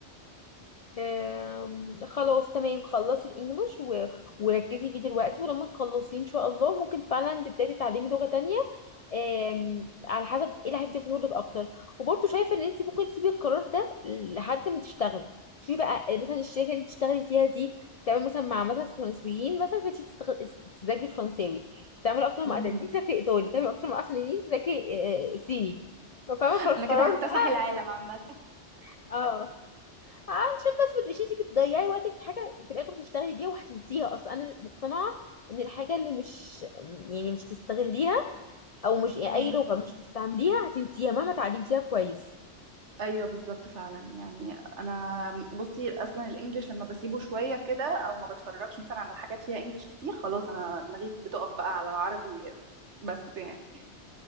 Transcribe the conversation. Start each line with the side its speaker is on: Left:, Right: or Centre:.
Left: آم، خلاص تمام خلصي الانجليش و... وركزي فيه دلوقتي ولما تخلصيه ان شاء الله ممكن فعلا تبتدي تعلمي لغة تانية آم، على حسب ايه اللي هيفيدك شغلك اكتر وبرضه شايفة ان انت ممكن تسيبي القرار ده لحد ما تشتغلي شوفي بقى آه، مثلا الشركة اللي انت تشتغلي فيها دي تعمل مثلا مع مثلا فرنسويين مثلا بتيجي تستغ- تذاكري فرنساوي تعمل اكتر مع
Right: امم
Left: ايطاليين تذاكري ايطالي تعمل اكتر مع اسبانيين تذاكري آه، آه، صيني فاهمة
Right: <laughs>
Left: فالقرار
Right: انا كده هكتسح
Left: بقى
Right: العالم عامه
Left: <laughs> اه عشان بس ما تبقيش انتي بتضيعي وقتك في حاجه في الاخر مش هتشتغلي بيها وهتنسيها اصلا انا مقتنعه ان الحاجه اللي مش يعني مش تستغليها او مش يعني
Right: امم
Left: اي لغه مش تستعمليها هتنسيها مهما اتعلمتيها كويس
Right: ايوه بالظبط فعلا يعني انا بصي اصلا الانجليش لما بسيبه شويه كده او ما بتفرجش مثلا على حاجات فيها انجليش كتير خلاص انا دماغي بتقف بقى على العربي بس يعني